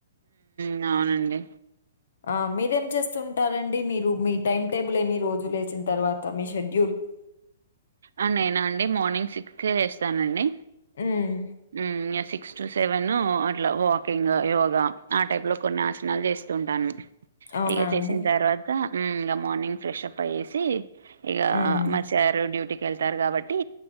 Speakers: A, on the right; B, on the left.
A: మ్ అవునండి
B: ఆ మీరేం చేస్తుంటారండి మీరు మీ టైమ్ టేబుల్ ఏమి రోజు లేచిన తర్వాత మీ షెడ్యూల్ <inaudible>
A: ఆ నేనా అండి మార్నింగ్ సిక్స్ లెస్తానండి
B: హ్మ్.
A: మ్ సిక్స్ సిక్స్ టు, సెవెన్ అట్లా వాకింగ్ యోగా ఆ టైప్ లో కొన్ని ఆసనాలు చేస్తూ ఉంటాను.
B: అవునా
A: ఇగ
B: అండి?
A: చేసిన తర్వాతా మ్ ఇగ మార్నింగ్ ఫ్రెషాప్ అయ్యిసి ఇగ
B: హ్మ్.
A: మా సారు డ్యూటీకి వెళ్తారు కాబట్టి